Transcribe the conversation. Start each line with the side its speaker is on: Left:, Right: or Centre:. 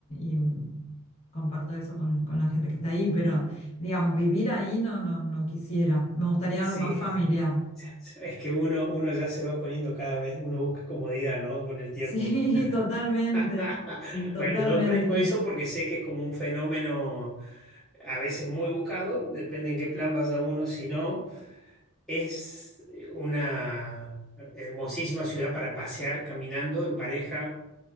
Left: y comparto eso con, con la gente que está ahí, pero... Digamos, vivir ahí no, no, no quisiera. Me gustaría
Centre: sí,
Left: algo más familiar.
Centre: es que uno, uno ya se va poniendo cada vez, uno busca comodidad, ¿no? Con el tiempo.
Left: Sí, <laughs> totalmente,
Centre: <laughs>
Left: totalmente.
Centre: Bueno, yo ofrezco eso porque sé que es como un fenómeno a veces muy buscado, depende en qué plan vaya uno, si no, es una hermosísima ciudad para pasear caminando en pareja